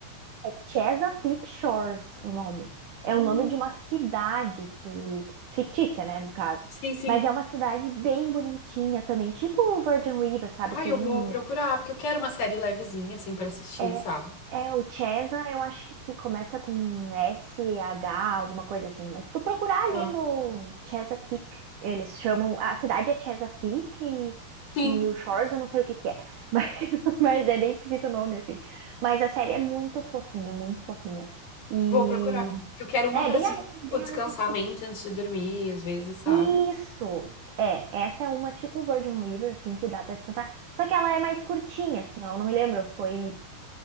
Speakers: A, on the right (about 55°); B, on the left (about 60°).
A: É Chesapeake Shores o nome. É
B: Hum,
A: o nome de uma cidade que... que- Fictícia, né, no caso.
B: sim, sim.
A: Mas é uma cidade bem bonitinha também. Tipo o Virgin River, sabe?
B: Ah,
A: Tem
B: eu vou
A: um
B: procurar, porque eu quero uma série levezinha, assim, pra assistir,
A: É,
B: sabe?
A: é o Chesa, eu acho que começa com S-H alguma coisa assim. Mas se tu procurar ali
B: Ah.
A: no Chesapeake, eles chamam. A cidade é Chesapeake e,
B: Sim.
A: e o Shores, eu não sei o que que é. Mas, <laughs> mas é bem esquisito o nome, assim. Mas a série é muito fofinha, muito fofinha. E.
B: Vou procurar. Eu quero uma
A: É,
B: pra,
A: bem
B: assim,
A: água,
B: tipo,
A: bem
B: descansar
A: água com açúcar.
B: a mente antes de dormir, às vezes, sabe?
A: Isso! É, essa é uma tipo Virgin River, assim, que dá pra descansar. Só que ela é mais curtinha, assim, ó. Eu não me lembro, foi